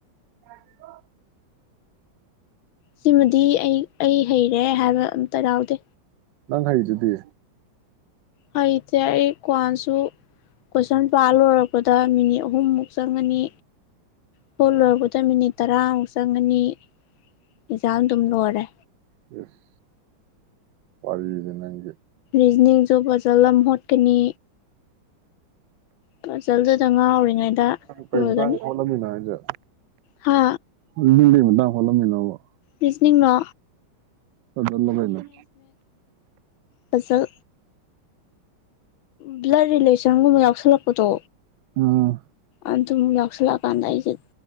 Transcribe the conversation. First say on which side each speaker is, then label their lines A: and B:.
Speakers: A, on the right (about 70°); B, on the left (about 75°).
A: ꯌꯥꯗꯤꯕ‌ꯣ
B: ꯁꯤꯃꯗꯤ ꯑꯩ ꯑꯩ ꯍꯩꯔꯦ ꯍꯥꯏꯕ ꯑꯝꯇ ꯌꯥꯎꯗꯦ
A: ꯅꯪ ꯍꯥꯏꯩꯗꯨꯗꯤ
B: ꯍꯩꯇꯦ ꯑꯩ ꯀ꯭ꯋꯥꯁꯨ ꯀꯣꯏꯁꯟꯄꯥꯥ ꯂꯣꯏꯔꯛꯄꯗ ꯃꯤꯅꯤꯠ ꯑꯍꯨꯝꯃꯨꯛ ꯆꯪꯒꯅꯤ ꯐꯣꯠ ꯂꯣꯏꯔꯛꯄꯗ ꯃꯤꯅꯤꯠ ꯇꯔꯥꯃꯨꯛ ꯆꯪꯒꯅꯤ ꯑꯦꯖꯥ ꯑꯗꯨꯝ ꯂꯣꯏꯔꯦ
A: ꯏꯁ ꯋꯥꯔꯤꯗꯤ ꯅꯪ
B: ꯕꯤꯅꯦ ꯖꯣꯕ ꯐꯖꯂꯝ ꯍꯣꯠꯀꯅꯤ ꯄꯖꯜꯗꯨꯗ ꯉꯥꯎꯔꯤꯉꯩꯗ
A: ꯀꯔꯤ
B: ꯂꯣꯏꯒꯅꯤ
A: ꯇꯥꯡ ꯈꯣꯠꯂꯝꯅꯤꯅ ꯍꯥꯏꯁꯦ
B: ꯍꯥ
A: <unintelligible>
B: ꯄꯁꯤꯡꯅꯤꯡꯅꯣ
A: ꯑꯗꯨꯅ
B: ꯄꯖꯜ ꯕ꯭ꯂꯠ ꯔꯤꯂꯦꯁꯟꯒꯨꯝꯕ ꯌꯥꯎꯁꯜꯂꯛꯄꯗꯣ
A: ꯑꯥ
B: ꯑꯗꯨꯝ ꯌꯥꯎꯁꯜꯂꯛꯑꯀꯥꯟꯗ ꯑꯩꯁꯦ